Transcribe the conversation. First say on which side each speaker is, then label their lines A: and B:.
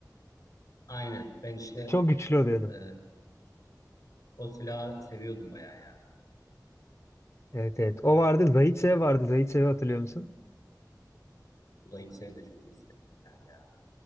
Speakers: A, on the left (about 60°); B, on the left (about 40°).
A: Aynen. Ben işte
B: Çok güçlü oluyordu.
A: e, o silahı seviyordum bayağı ya.
B: Evet evet. O vardı. Zaitsev vardı. Zaitsev'i hatırlıyor musun?
A: Uzay İpsel de çok iyi silah ya.